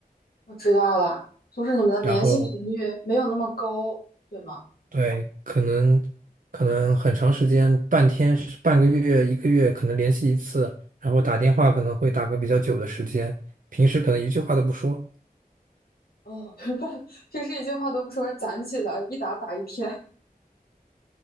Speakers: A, on the left (about 80°); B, on the right (about 60°).
A: 我知道了，就是你们的联系频率没有那么高，
B: 然后。
A: 对吗？
B: 对，可能可能很长时间，半天、半个月、一个月，可能联系一次，然后打电话可能会打个比较久的时间，平时可能一句话都不说。
A: 哦，<laughs> 明白了平时一句话都不说，攒起来一打打一天。